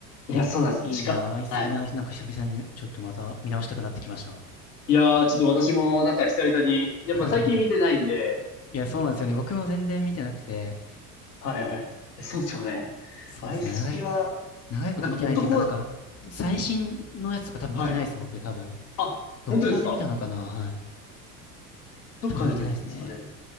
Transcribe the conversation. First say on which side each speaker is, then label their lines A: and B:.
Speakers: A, on the left; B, on the left.
A: いや、
B: いや、
A: そうなんですよ。
B: いいなあ、
A: しか、
B: アイスピナーなんか久々にちょっとまた見直したくなってきました。
A: はい。いやー、ちょっと私もなんか久々に、やっぱ最近見てないんで、
B: <laughs> いや、そうなんですよね。僕も全然見てなくて、
A: はいはい。いやそうですよね。
B: そうですね。
A: アイスピは、
B: 長い、長いこと見てないというか、
A: なんか男、
B: なんか、最新のやつとか多分見てないです、
A: はい。
B: 僕、多分。
A: あ、
B: どこまで見たのかなはい。
A: 本当ですかどっかで見たんですかね。
B: 多分見てないですね。